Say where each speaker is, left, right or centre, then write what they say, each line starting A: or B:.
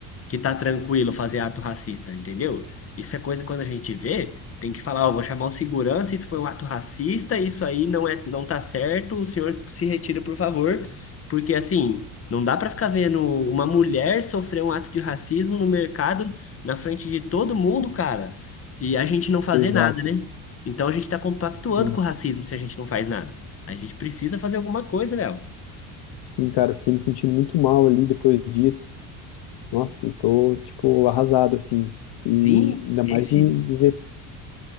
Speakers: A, on the left; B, on the left.
A: que tá tranquilo fazer ato racista, entendeu? Isso é coisa que quando a gente vê, tem que falar, ó, vou chamar o segurança, isso foi um ato racista, isso aí não é não tá certo, o senhor se retira, por favor, porque assim, não dá pra ficar vendo uma mulher sofrer um ato de racismo no mercado na frente de todo mundo, cara, e a gente não fazer
B: Exato.
A: nada, né? Então a gente tá compactuando
B: Sim,
A: com o racismo se a gente não faz nada. A gente precisa fazer alguma coisa, Léo.
B: Sim, cara, eu fiquei me sentindo muito mal ali depois disso. Nossa, eu tô, tipo, arrasado, assim.
A: Sim,
B: E ainda mais
A: esse,
B: de, de ver,